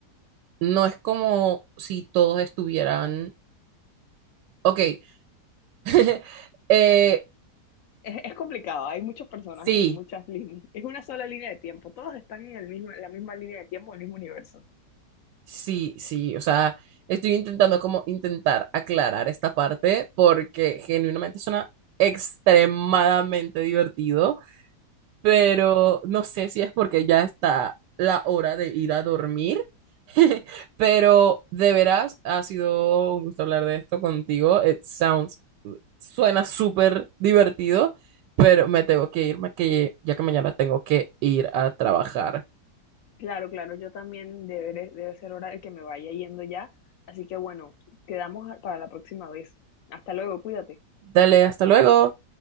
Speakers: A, on the right; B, on the left.
A: no es como si todos estuvieran, ok, <laughs> eh,
B: Es, es complicado, hay muchos personajes
A: sí,
B: y muchas líneas. Es una sola línea de tiempo, todos están en el mismo, en la misma línea de tiempo, en el mismo universo.
A: Sí, sí, o sea, estoy intentando como intentar aclarar esta parte porque genuinamente suena extremadamente divertido, pero no sé si es porque ya está la hora de ir a dormir, <laughs> pero de veras ha sido un gusto hablar de esto contigo. It sounds, suena súper divertido, pero me tengo que irme que ya que mañana tengo que ir a trabajar.
B: Claro, claro, yo también deberé, debe ser hora de que me vaya yendo ya. Así que bueno, quedamos a- para la próxima vez. Hasta luego, cuídate.
A: Dale, hasta luego.